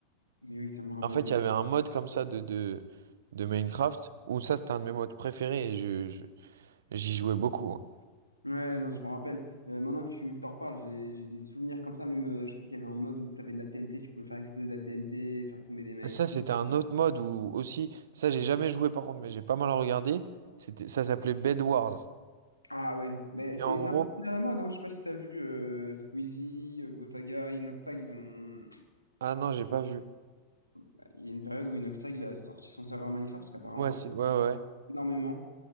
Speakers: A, on the left; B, on the right.
A: Mais oui, ça me rappelle.
B: En fait, il y avait un mode comme ça de, de, de Minecraft où ça, c'était un de mes modes préférés et je, je- j'y jouais beaucoup. hein.
A: Ouais, non, je me rappelle. Euh, maintenant que tu que t'en reparles, j'ai j'ai des souvenirs comme ça. Même, euh, je crois qu'il y avait un mode où tu avais de la TNT, tu pouvais faire exploser de la TNT, faire tomber des mecs
B: Ça,
A: et tout.
B: c'était un autre mode où aussi, ça, j'ai jamais joué par contre, mais j'ai pas mal regardé. C'était, ça s'appelait Bed Wars.
A: Ah ouais, mais
B: Et
A: c'est
B: en
A: c'est
B: gros,
A: un peu à la mode, hein. Je sais pas si t'as vu euh, Squeezie, euh, Gotaga, Inoxtag, ils ont...
B: ah non, j'ai pas vu.
A: bah, Il y a une période où Inoxtag il a sorti son serveur Minecraft, parce qu'apparemment,
B: Ouais,
A: ça
B: c'est, ouais,
A: ça
B: ouais.
A: rapporte
B: ouais.
A: énormément.